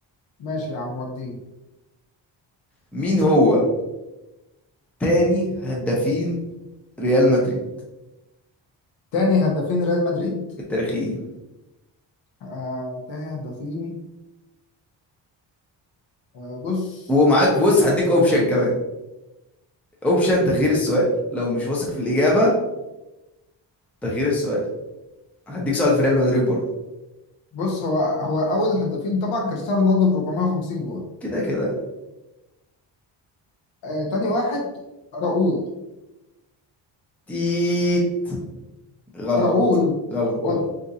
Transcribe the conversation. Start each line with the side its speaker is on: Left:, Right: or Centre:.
Left: ماشي يا عم وديني
Centre: مين هو تاني هدافين ريال مدريد
Left: تاني هدافين ريال مدريد
Centre: التاريخيين
Left: آه تاني هدافين آه بص
Centre: ومعاك بص هديك اوبشن كمان اوبشن تغيير السؤال لو مش واثق في الإجابة تغيير السؤال هديك سؤال في ريال مدريد برضه
Left: بص هو هو اول هدافين طبعا كريستيانو رونالدو ب 450 جول
Centre: كده كده
Left: آه تاني واحد راؤول
Centre: تيت غلط
Left: راؤول
Centre: غلط
Left: و-
Centre: غلط